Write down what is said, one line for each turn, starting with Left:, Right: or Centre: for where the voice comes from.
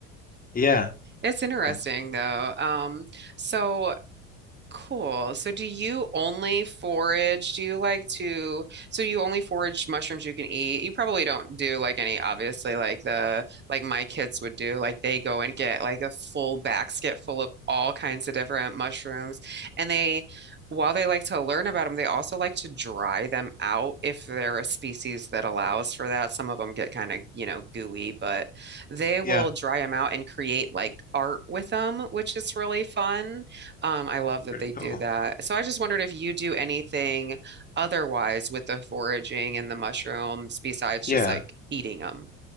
Left: Yeah.
Right: It's interesting
Left: Um,
Right: though. Um, so Cool. So do you only forage? Do you like to, so you only forage mushrooms you can eat? You probably don't do like any, obviously, like the, like my kids would do. Like they go and get like a full basket full of all kinds of different mushrooms. And they, while they like to learn about them, they also like to dry them out if they're a species that allows for that. Some of them get kind of, you know, gooey, but they will
Left: yeah.
Right: dry them out and create like art with them, which is really fun. Um, I love that
Left: Pretty
Right: they do
Left: cool.
Right: that. So I just wondered if you do anything otherwise with the foraging and the mushrooms besides
Left: Yeah.
Right: just like eating them.